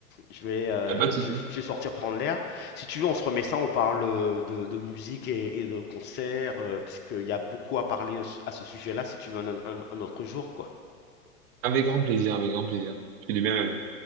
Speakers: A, on the left; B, on the right.
A: Je vais, heu,
B: Y a pas de souci.
A: je je vais sortir prendre l'air. Si tu veux, on se remet ça, on parle, heu, de de musique et et de concerts, heu, parce qu'il y a beaucoup à parler à ce sujet-là, si tu veux, un un un autre jour, quoi.
B: Avec grand plaisir, avec grand plaisir. Je suis du même avis.